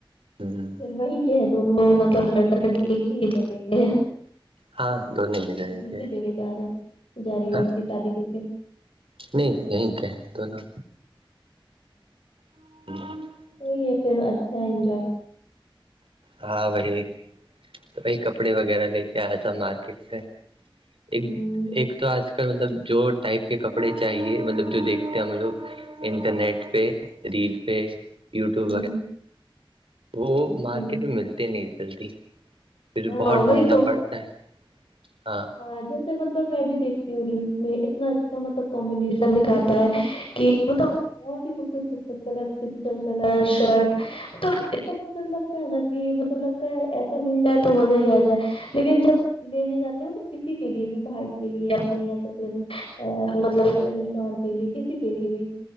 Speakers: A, on the right; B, on the left.
A: ہ
B: پھر وہی کے ہے دونوں مطلب لڑکا لڑکی ایک ہی جگہ کے ہے
A: ہاں دونوں ہی جگہ
B: دوسری
A: کے
B: جگہ جا رہے ہیں جا رہی
A: ہاں
B: لڑکی شادی کر کے
A: نہیں یہیں کہ ہیں دونوں <inaudible>
B: وہی ہے پھر اچھا انجوائے
A: ہاں وہی تو وہی کپڑے وغیرہ لے کے آیا تھا مارکیٹ سے ایک
B: ہوں
A: ایک تو آج کل مطلب جو ٹائپ کے کپڑے چاہیے مطلب جو دیکھتے ہم لوگ انٹرنیٹ پہ ریل پہ یوٹیوب
B: ہوں
A: وغیرہ وہ مارکیٹ
B: ہوں
A: میں ملتے نہیں جلدی پھر
B: ہاں
A: بہت
B: ہاں وہی
A: ڈھونڈنا
B: تو
A: پڑتا ہے ہاں
B: ہاں جیسے مطلب میں بھی دیکھتی ہوں ریلس میں اتنا اچھا مطلب کمبینیشن دکھاتا ہے <unintelligible> بہت ہی خوبصورت خوبصورت کلر کرسٹل کلر شرٹ مطلب نا کہ مطلب لگتا ہے ایسا مل جائے تو مزہ ہی آ جائے لیکن جب لینے جاتے ہیںلب کسی کے لیے بھی بھائی کے لیے اپنے یا تو پھر ا مطلب شوہر کے لیےکے لیے بھی